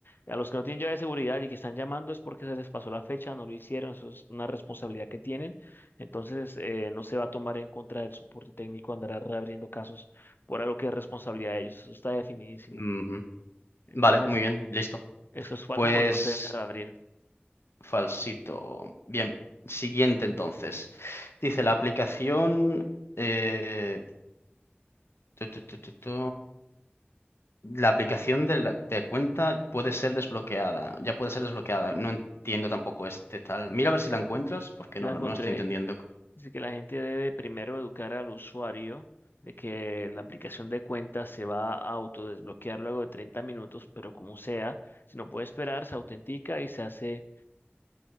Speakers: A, on the left; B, on the left.
A: A los que no tienen llave de seguridad y que están llamando es porque se les pasó la fecha, no lo hicieron, eso es una responsabilidad que tienen. Entonces, eh, no se va a tomar en contra del soporte técnico andar reabriendo casos por algo que es responsabilidad de ellos. Eso está definidísimo.
B: ujú.
A: Entonces,
B: Vale, muy bien, listo.
A: esto es falso
B: Pues
A: porque no se debe reabrir.
B: falsito. Bien, siguiente entonces. Dice la aplicación... eh, tu, tu, tu, tu, tu. La aplicación de, la- de cuenta puede ser desbloqueada, ya puede ser desbloqueada. No entiendo tampoco este tal.
A: Mm,
B: Mira a ver si la encuentras, porque
A: Sí
B: no,
A: la
B: lo-
A: encontré
B: no estoy entendiendo.
A: Así que la gente debe primero educar al usuario de que la aplicación de cuenta se va a autodesbloquear luego de 30 minutos, pero como sea, si no puede esperar, se autentica y se hace,